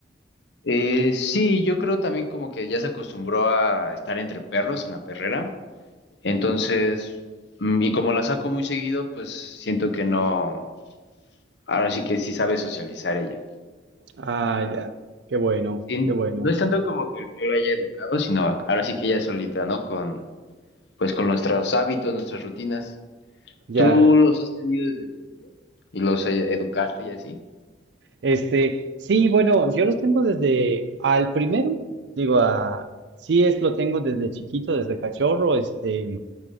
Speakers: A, on the left; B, on the right.
A: Eh, sí, yo creo también como que ya se acostumbró a estar entre perros en la perrera. Entonces, mm, y como la saco muy seguido, pues siento que no, ahora sí que sí sabe socializar ella.
B: Ah, ya, qué bueno,
A: Sí,
B: qué bueno,
A: no es tanto como que yo la haya educado, sino ahora sí que ella solita, ¿no? Con, pues con nuestros hábitos, nuestras rutinas.
B: ya.
A: ¿Tú los has tenido desde chiquitos? ¿Y los eh, educaste y así?
B: Este, sí, bueno, yo los tengo desde al primero, digo, a, sí es, lo tengo desde chiquito, desde cachorro, este.